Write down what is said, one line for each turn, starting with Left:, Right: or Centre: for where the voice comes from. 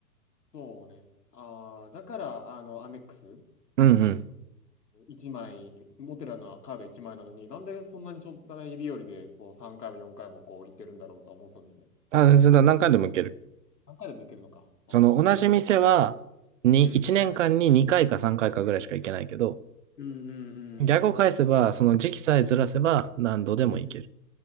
Left: そうね。ああ、だから、あの、アメックス、
Right: うんうん。
Left: 1枚、持ってるようなカード1枚なのに、なんでそんなにちょっとい日和で、こう3回も4回もこう行ってるんだろうとは思ってたんだよね。
Right: あ、それは何回でも行ける。
Left: 何回でも行けるのか。ああ、
Right: その同じ店は、
Left: 知らないし。
Right: に、
Left: うん、
Right: 1年間に2回か3回かいかぐらいしか行けないけど、
Left: 行ける。うんうんう
Right: 逆を返せば、
Left: んうんうん。
Right: その時期さえずらせば何度でも行ける。
Left: うん